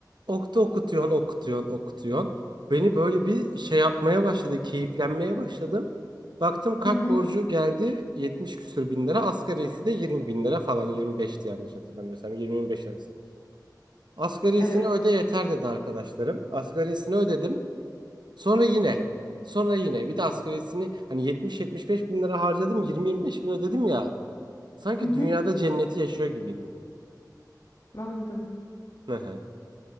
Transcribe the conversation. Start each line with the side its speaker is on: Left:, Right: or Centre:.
Right: Oktu okutuyorsun okutuyorsun okutuyorsun. Beni böyle bir şey yapmaya başladı. Keyiflenmeye başladım. Baktım kart
Left: Hı hı.
Right: borcu geldi 70 küsür bin lira. Asgarisi de 20 bin lira falan 25'ti yanlış hatırlamıyorsam. 20-25 arası. Asgarisini
Left: Evet.
Right: öde yeter dedi arkadaşlarım. Asgarisini ödedim. Sonra yine. Sonra yine. Bir de asgarisini hani 70-75 bin lira harcadım. 20-25 bin ödedim ya. Sanki
Left: Hı hı.
Right: dünyada cenneti yaşıyor gibiydim.
Left: Anladım.
Right: Hı hı.